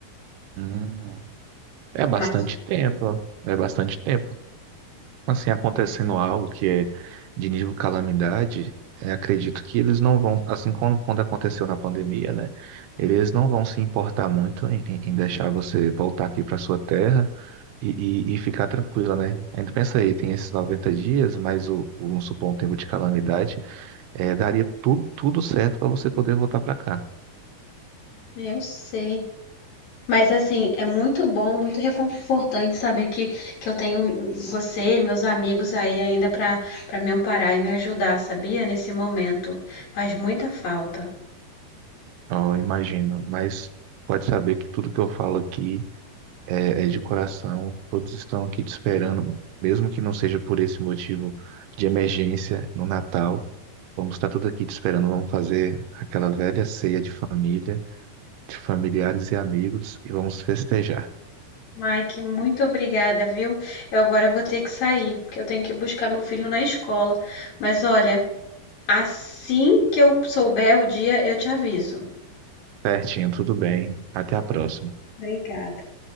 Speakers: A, on the right (about 80°); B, on the left (about 60°).
A: Hum, é bastante
B: Mas
A: tempo, é bastante tempo. Assim, acontecendo algo que é de nível calamidade, é, acredito que eles não vão, assim como quando aconteceu na pandemia, né? Eles não vão se importar muito em, em- em deixar você voltar aqui para sua terra e, e- e ficar tranquila, né? Ainda pensa aí, tem esses 90 dias, mais o, o, vamos supor, um tempo de calamidade. É, daria tudo, tudo certo para você poder voltar para cá.
B: Eu sei. Mas assim, é muito bom, muito reconfortante saber que, que eu tenho você, e meus amigos aí ainda para para me amparar e me ajudar, sabia? Nesse momento. Faz muita falta.
A: Eu imagino, mas pode saber que tudo que eu falo aqui é, é de coração. Todos estão aqui te esperando, mesmo que não seja por esse motivo de emergência no Natal. Vamos estar todos aqui te esperando. Vamos fazer aquela velha ceia de família, de familiares e amigos e vamos festejar.
B: Mike, muito obrigada, viu? Eu agora vou ter que sair, porque eu tenho que buscar meu filho na escola. Mas olha, assim que eu souber o dia, eu te aviso.
A: Certinho, tudo bem. Até a próxima.
B: Obrigada.